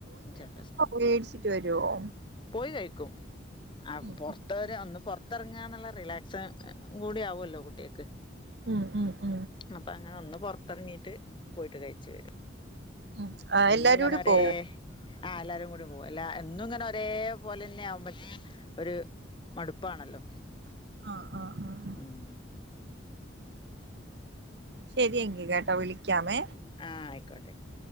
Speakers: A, on the left; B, on the right.
A: ചെലെ
B: വേടിച്ചിട്ട് വരുവോ?
A: പോയി കഴിക്കും ആ
B: ഉം
A: പുറതോര് അന്ന് പുറത്തരെ ന്ന് റങ്ങാ നെല്ല റിലാക്സൺ അന്നും കൂടി ആവല്ലോ കുട്ടിയെക്ക്.
B: ഉം ഉം. ഉം
A: അപ്പൊ അങ്ങനെ ഒന്ന് പുറത്തിറങ്ങിട്ട് പോയിട്ട് കഴിച്ചു വരും.
B: ഉം
A: എന്നും
B: എല്ലാരും
A: ഇങ്ങനെ
B: കൂടി
A: ഒരെ
B: പോവും
A: ആ എല്ലാരും കൂടി പോവും അല്ല എന്നും ഇങ്ങനെ ഒറ്റ ദേപോലെന്നെ ആവുമ്പോ ഒരു. മടുപ്പാണല്ലോ
B: ആഹ്. ആഹ് ആഹ്
A: ഉം.
B: ശെരിയങ്കി കേട്ടോ വിളിക്കാമേ.
A: ആഹ് ആയിക്കോട്ടെ. ആയി കോട്ട